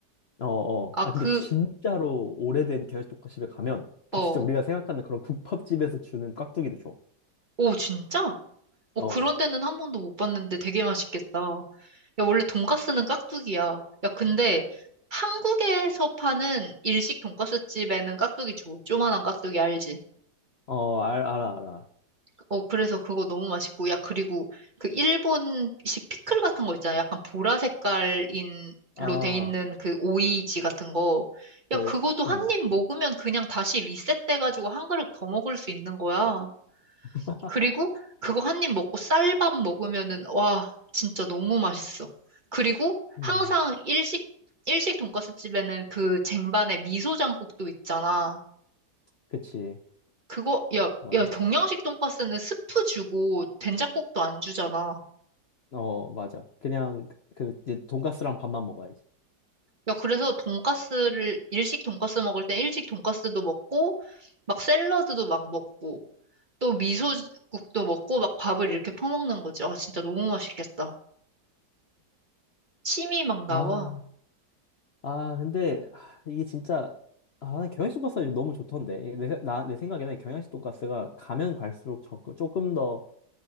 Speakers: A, on the left; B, on the right.
A: 어, 어.
B: 아,
A: 아,
B: 그,
A: 근데 진짜로 오래된 경양식 돈가스집에 가면 그
B: 어.
A: 진짜 우리가 생각하는 그런 국밥집에서 주는 깍두기도 줘.
B: 오, 진짜? 어,
A: 어,
B: 그런 데는 한 번도 못 봤는데 되게 맛있겠다. 야, 원래 돈가스는 깍두기야. 야, 근데 한국에서 파는 일식 돈가스 집에는 깍두기 줘. 조그만한 깍두기 알지?
A: 어, 알, 알아, 알아.
B: 어, 그래서 그거 너무 맛있고, 야, 그리고 그 일본식 피클 같은 거 있잖아. 약간 보라 색깔인로
A: 아,
B: 돼 있는 그 오이지 같은 거.
A: 그,
B: 야, 그거도 한
A: 음.
B: 입 먹으면 그냥 다시 리셋돼가지고 한 그릇 더 먹을 수 있는 거야.
A: <laughs>
B: 그리고 그거 한 입 먹고 쌀밥 먹으면은, 와, 진짜 너무 맛있어. 그리고
A: 음,
B: 항상 일식, 일식 돈가스 집에는 그 쟁반에 미소장국도 있잖아.
A: 그치.
B: 그거, 야,
A: 맞아.
B: 야, 동양식 돈가스는 스프 주고 된장국도 안 주잖아.
A: 어, 맞아. 그냥 그 이제 돈가스랑 밥만 먹어야지.
B: 야, 그래서 돈가스를, 일식 돈가스 먹을 땐 일식 돈가스도 먹고, 막 샐러드도 막 먹고, 또 미소국도 먹고, 막 밥을 이렇게 퍼먹는 거지. 아, 진짜 너무 맛있겠다. 침이 막 나와.
A: 아, 아, 근데 아, 이게 진짜 아, 난 경양식 돈가스가 요즘 너무 좋던데. 내, 세- 나, 내 생각에는 경양식 돈가스가 가면 갈수록 저, 조금 더